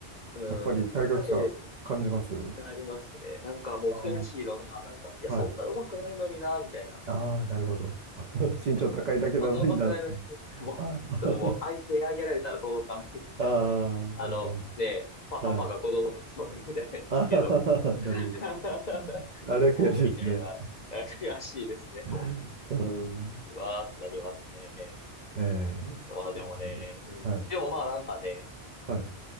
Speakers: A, on the left (about 45°); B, on the right (about 50°).
A: うん、
B: やっぱり体格差感じます
A: やっぱ彼、ありますね。なんかもう悔しいのが、
B: ああ、
A: なんか、いや、そんな上手くないのにな、
B: はい。
A: みたいな。
B: ああ、なるほど。<laughs> 身長高いだけなのにな。
A: うん。そんな上手くないのに、<laughs> もう、
B: ああ、
A: そのもう、あい、手上げられたら届かんみたいな。
B: <laughs> あ
A: もうあの、
B: あなる
A: ねえ、パ、
B: ほど。
A: パパが子供と遊んでるじゃないですけど。
B: はい。ああ、<laughs>
A: <laughs>
B: なるほど。あれは悔しいですね。
A: もう、みたいな、悔しいですね。
B: <laughs>
A: も
B: うん
A: う、うわーってなりますね。
B: ええ
A: まあでもね、うん。
B: はい、
A: でもまあなんかね、
B: はい、